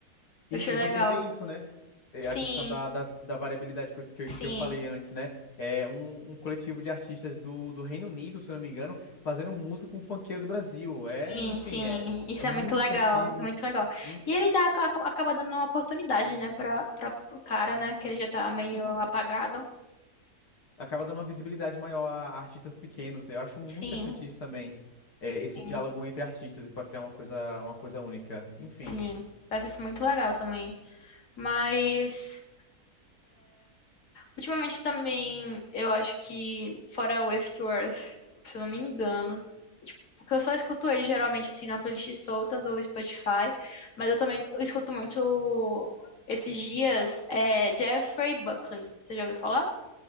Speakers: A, on the left (about 55°); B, on the left (about 80°).
A: Eu
B: E,
A: achei
B: e
A: legal.
B: você vê isso, né? É,
A: Sim,
B: A questão da, da, da variabilidade que eu, que eu,
A: sim.
B: que eu falei antes, né? É um, um coletivo de artistas do, do Reino Unido, se eu não me engano, fazendo música com funkeiro do Brasil.
A: Sim,
B: É, enfim,
A: sim,
B: é,
A: isso
B: é muito
A: é muito legal,
B: criativo.
A: muito legal.
B: Hum,
A: E ele dá, aca- acaba dando uma oportunidade, né, para para o cara, né, que ele já tá meio
B: Sim,
A: apagado.
B: acaba dando uma visibilidade maior a artistas pequenos. Eu acho muito
A: Sim,
B: interessante isso também. é, esse
A: sim,
B: diálogo entre artistas e para criar uma coisa, uma coisa única. Enfim.
A: sim. Eu acho isso muito legal também. Mas ultimamente também eu acho que fora Wave to Earth, se eu não me engano, tipo, porque eu só escuto ele geralmente assim na playlist solta do Spotify, mas eu também escuto muito esses dias é Jeffrey Buckley. Você já ouviu falar?